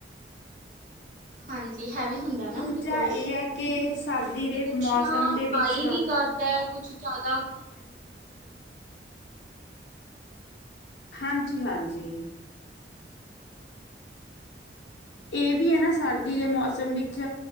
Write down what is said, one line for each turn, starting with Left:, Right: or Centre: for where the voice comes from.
Right: ਹਾਂਜੀ ਹੈਵੀ ਹੁੰਦਾ ਨਾ
Left: ਦੂਜਾ
Right: ਬਿਕੋਜ
Left: ਇਹ ਹੈ ਕਿ, ਸਰਦੀ ਦੇ
Right: ਤੇ ਕੁਛ
Left: ਮੌਸਮ
Right: ਨਾ
Left: ਦੇ
Right: ਵਾਈ
Left: ਵਿੱਚ
Right: ਵੀ ਕਰਦਾ ਕੁਛ ਜਿਆਦਾ ਖਾਣ ਪੀਣ
Left: ਹਾਂਜੀ-ਹਾਂਜੀ।
Right: ਹਾਂਜੀ।
Left: ਇਹ ਵੀ ਹੈ ਨਾ ਸਰਦੀ ਦੇ ਮੌਸਮ ਵਿੱਚ